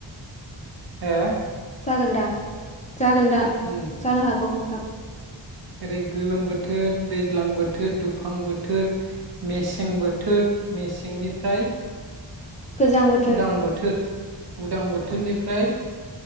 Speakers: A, on the right (about 55°); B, on the left (about 15°).
A: हो?
B: जागोनदां जागोनदां
A: उम
B: जानो हागौ नोंथां। <inaudible>
A: ओरै गोलोम बोथोर, दैज्लां बोथोर, दुफां बोथोर, मेसें बोथोर, मेसेंनिफ्राय
B: गोजां बोथोर
A: उदां बोथोर, उदां बो थोरनिफ्राय,